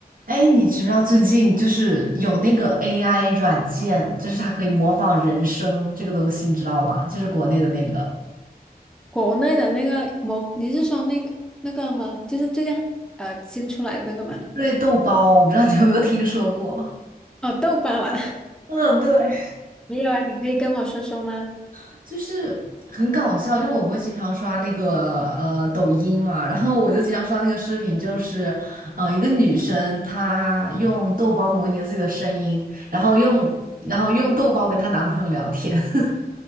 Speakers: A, on the right; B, in the centre.
A: 哎，你知不知道最近就是有那个 AI 软件，就是它可以模仿人声这个东西，你知道吗？就是国内的那个，
B: 国内的那个模，你是说那个那个吗？就是最近呃新出来的那个吗？
A: 对，豆包，我不知道你有没有听说过，
B: 哦，豆包啊，
A: <laughs> 嗯，对，
B: <laughs> 没有啊，你可以跟我说说吗？
A: <laughs> 就是很搞笑，因为我不会经常刷那个呃抖音嘛，然后我就经常刷那个视频，就是呃一个女生她用豆包模拟了自己的声音，然后用然后用豆包跟她男朋友聊天，<laughs>